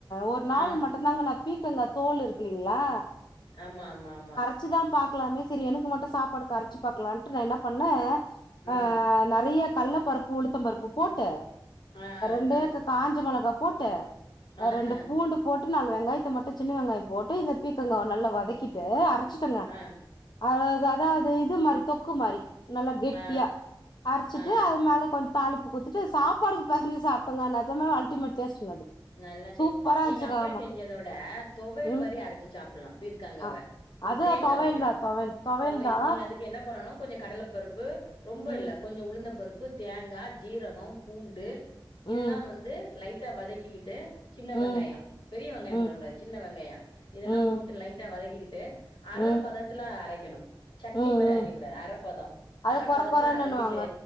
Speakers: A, on the left; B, on the left.
A: ஒரு நாள்
B: ஆ
A: மட்டுதாங்க நா பீக்கங்கா தோல் இருக்கு இல்லைங்ளா
B: ஆமா ஆமா ஆமா
A: அரைச்சிதா பாக்கலாமே செரி எனக்கு மட்டு சாப்பாடுக்கு அரைச்சி பாக்கலாட்டு நா என்ன பண்ணே ஆ
B: ம்
A: நறையா கல்ல பருப்பு உளுத்தம் பருப்பு போட்டு
B: ஆ
A: ரெண்டைக்கு
B: ஆ
A: காஞ்ச மொளகா போட்டு
B: ஆ
A: அ ரெண்டு
B: ஆ
A: பூண்டு போட்டு நாலு வெங்காயத்த மட்டு சின்ன வெங்காயோ போட்டு இந்த பீக்கங்காய நல்ல வதக்கிட் டு அரச்சிட்டங்க
B: ஆ
A: அதாது அதா இது மாரி தொக்கு மாரி நல்லா கெட்டியா
B: ஆ ஆ
A: அரச்சிட்டு
B: ஆ
A: அது மேல கொஞ்சோ தாளிப்பு குத்துட்டு சாப்பாடுக்கு பெசஞ்சி சாப் டங்க நெஜமே அல்டிமேட் டேஸ்டுங்க அது
B: நல்ல டேஸ்ட்
A: சூப்பரா
B: நீங்க
A: இருந்துச்சுங்க
B: அப்டி
A: ஆமா
B: செஞ்சதோட தொவையல்
A: ம்
B: மாறி அரச்சி சாப்பட்லா பீர்க்கங்காவ
A: அ
B: கொஞ்சோ
A: அது
B: தேங்கா
A: தொவையல்
B: வெக்கணு
A: தா தொவையல்
B: தொவையல்
A: தா
B: நீங்க அதுக் க்கு என்ன பண்ணனு கொஞ்சோ கடல பருப்பு ரொம்ப
A: ம்
B: இல்ல கொஞ்சோ உளுந்த பருப்பு தேங்கா ஜீரகம் பூண்டு
A: ம் ம்
B: இதெல்லா வந்து லைட்டா வதக்கிக்கிட்டு சின்ன
A: ம்
B: வெங்காயோ பெரிய வெங்காயோ
A: ம்
B: போடக்க கூடாது சின்ன வெங்காயோ இதெல்லா
A: ம்
B: போட்டு லைட்டா வதக்கிக்கிட்டு அர
A: ம்
B: பதத்துல அரைக்கணு சட்னி
A: ம்
B: மாரி
A: ம்.
B: அரைக்க கூடாது அரப்பதோ
A: அது
B: அரைப்பதத்துல
A: கொர கொரன்னுவாங்க
B: அரச்சிட்டு